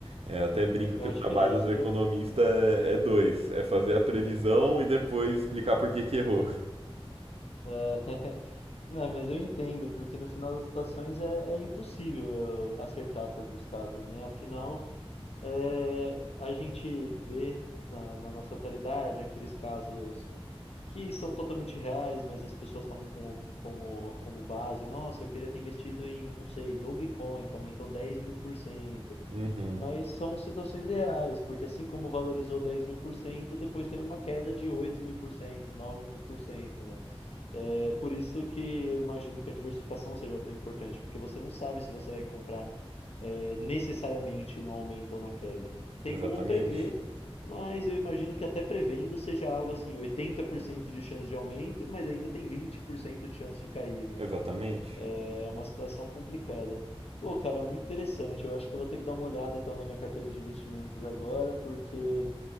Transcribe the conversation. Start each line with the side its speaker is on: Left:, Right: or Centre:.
Right: É, até brinco
Left: Eu
Right: que
Left: acho
Right: o trabalho
Left: que é isso.
Right: do economista é, é dois: é fazer a previsão e depois explicar por que que errou.
Left: <laughs> Não, mas eu entendo, porque no final das situações é, é impossível eu acertar todos os casos, né? Afinal, é, a gente vê na, na nossa atualidade aqueles casos que são totalmente reais, mas as pessoas tomam como, como, como base. Nossa, eu queria ter investido em, não sei, Dogecoin, que aumentou 10 mil por cento.
Right: Uhum,
Left: Mas são situações reais, porque assim como valorizou 10 mil por cento, depois teve uma queda de 8 mil por cento, 9 mil por cento, né? É por isso que eu imagino que a diversificação seja tão importante, porque você não sabe se você vai comprar é, necessariamente no aumento ou na queda. Tem
Right: exatamente,
Left: como prever, mas eu imagino que até prevendo seja algo assim, 80% de chance de aumento, mas ainda tem 20% de chance de cair, né?
Right: exatamente.
Left: É uma situação complicada. Pô, cara, muito interessante. Eu acho que eu vou ter que dar uma olhada então na minha carteira de investimentos agora, porque